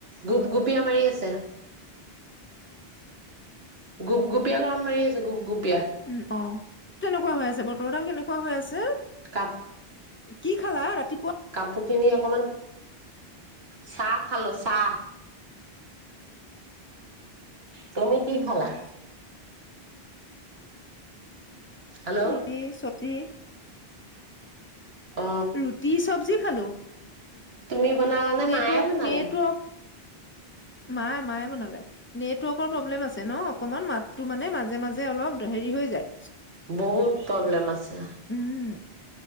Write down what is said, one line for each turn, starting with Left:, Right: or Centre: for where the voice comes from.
Right: গোপগুপীয়া মাৰি আছে, গোপগুপীয় গৰম মাৰি আছে গুপ-গুপ।
Left: উম, অ'। কেনেকুৱা হৈ আছে, বতৰদাল কেনেকুৱা হৈ আছে।
Right: কাপ
Left: এ কি? কি খালা ৰাতিপুৱা?
Right: কাপোৰ খিনি অকমান, চাহ খালো চাহ। তুমি? কি
Left: উম
Right: খালা? হেল্ল'
Left: ৰুটি চব তি
Right: অ
Left: ৰুটি চব্জি খালো।
Right: তুমি বনালা নে
Left: নেটৱৰ্ক
Right: মায়ে বনালে?
Left: নেটৱৰ্ক মা মায়ে বনালে। নেটৱৰ্কৰ প্ৰব্লেম আছে ন অকনমান মাতটো মানে মাজে মাজে অলপ হেৰি হৈ যায়।
Right: বহুত প্ৰব্লেম আছে।
Left: উম,